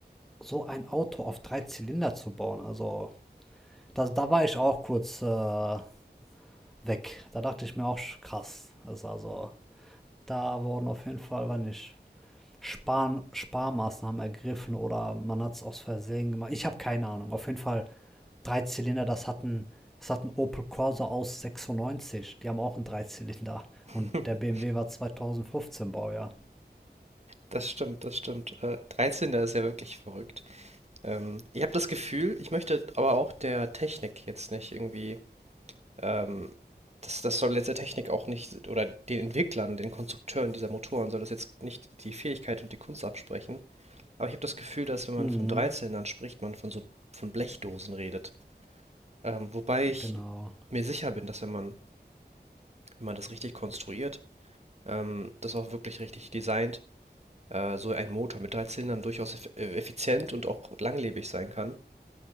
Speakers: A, in the centre; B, on the right (about 40°).
A: so ein Auto auf drei Zylinder zu bauen? Also, da, da war ich auch kurz äh, weg. Da dachte ich mir auch krass. Das also, da wurden auf jeden Fall, war nicht Spar Sparmaßnahmen ergriffen oder man hat es aus Versehen gemacht. Ich habe keine Ahnung. Auf jeden Fall drei Zylinder, das hat ein, das hat ein Opel Corsa aus 96. Die haben auch einen Dreizylinder.
B: <laughs>
A: Und der BMW war 2015 Baujahr.
B: Das stimmt, das stimmt. Äh, 13, ist ja wirklich verrückt. Ähm, ich habe das Gefühl, ich möchte aber auch der Technik jetzt nicht irgendwie, ähm, das, das soll jetzt der Technik auch nicht, oder den Entwicklern, den Konstrukteuren dieser Motoren soll das jetzt nicht die Fähigkeit und die Kunst absprechen. Aber ich habe das Gefühl, dass wenn man
A: Mhm,
B: von Dreizylindern spricht, man von so von Blechdosen redet. Ähm, wobei
A: genau.
B: ich mir sicher bin, dass wenn man, wenn man das richtig konstruiert, ähm, das auch wirklich richtig designt, äh, so ein Motor mit drei Zylindern durchaus eff äh, effizient und auch langlebig sein kann.